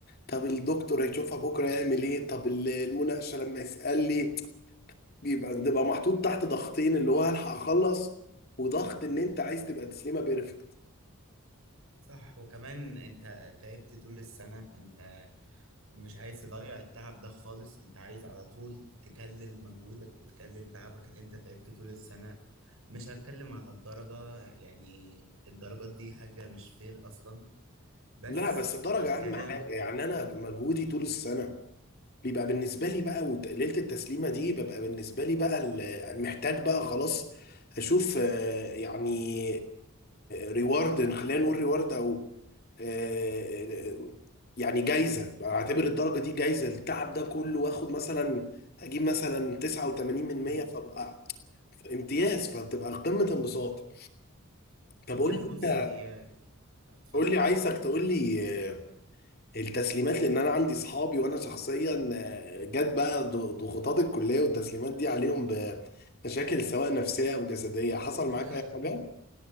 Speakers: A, on the left; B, on the right.
A: طب الدكتور هيشوفها بكره يعمل ايه طب ال- المناقشه لما يسال لي بيبقى بتبقى محطوط تحت ضغطين اللي هو هلحق اخلص وضغط ان انت عايز تبقى تسليمه بيرفكت
B: صح وكمان انت تعبت طول السنة فانت مش عايز تضيع التعب ده خالص انت عايز على طول تكلل مجهودك وتكلل تعبك اللي انت تعبت طول السنة مش هتكلم على الدرجة يعني الدرجات دي حاجة مش فير اصلا بس
A: لا بس الدرجة
B: بتكلمك
A: أهم حاجة يعني أنا مجهودي طول السنة بيبقى بالنسبة لي بقى وت- ليلة التسليمة دي ببقى بالنسبة لي بقى ال- محتاج بقى خلاص أشوف آه، يعني ريورد خلينا نقول ريورد أو آه، آه، يعني جايزة بعتبر الدرجة دي جايزة التعب ده كله وآخد مثلا أجيب مثلا 89 من
B: مم.
A: 100 فبقى امتياز فبتبقى قمة انبساط
B: والله
A: طب قول
B: بص
A: لي أنت
B: هي اتفضل
A: قول لي عايزك تقول لي آه، التسليمات لان انا عندي اصحابي وانا شخصيا آه، جت بقى ض- ضغوطات الكليه والتسليمات دي عليهم بمشاكل سواء نفسيه او جسديه حصل معاك
B: <laughs>
A: اي حاجه